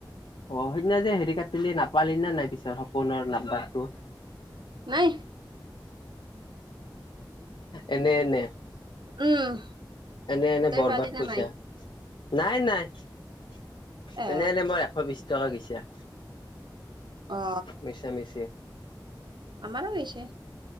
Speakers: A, on the left; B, on the right.
A: অ' সেইদিনা যে হেৰি কাটিলি নাপালি নে নাই পিছত সপোনৰ নাম্বাৰটো।
B: নাই।
A: এনে এনে
B: উম।
A: এনে এনে
B: তই
A: বৰবাদ
B: পালি না
A: পইছা
B: নাই
A: নাই নাই এনেই
B: এ
A: এনেই মই এশ বিশ টকা গৈছে।
B: অ
A: মিছা মিছি।
B: মানুহ গৈছে।